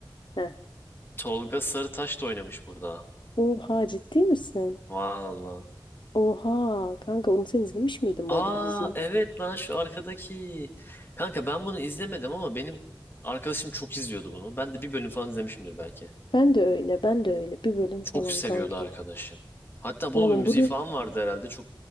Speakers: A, on the left; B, on the left.
A: Heh.
B: Tolga Sarıtaş da oynamış burada.
A: Oha ciddi misin?
B: Valla.
A: Oha kanka onu sen izlemiş miydin
B: Aa
A: bu arada bu diziyi?
B: evet lan şu arkadaki. Kanka ben bunu izlemedim ama benim arkadaşım çok izliyordu bunu. Ben de bir bölüm falan izlemişimdir belki.
A: Ben de öyle ben de öyle bir bölüm falan
B: Çok seviyordu
A: kanki.
B: arkadaşım. Hatta bunun
A: Oğlum
B: bir müziği
A: bunu
B: falan vardı herhalde. Çok